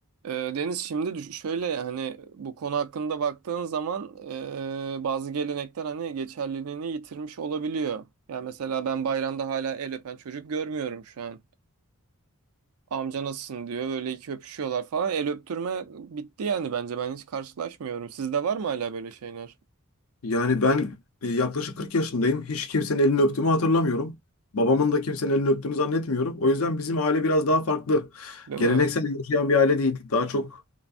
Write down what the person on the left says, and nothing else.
Yani ben e, yaklaşık 40 yaşındayım. Hiç kimsenin elini öptüğümü hatırlamıyorum. Babamın da kimsenin elini öptüğünü zannetmiyorum. O yüzden bizim aile biraz daha farklı.
Geleneksel
yaşayan bir aile değil. Daha çok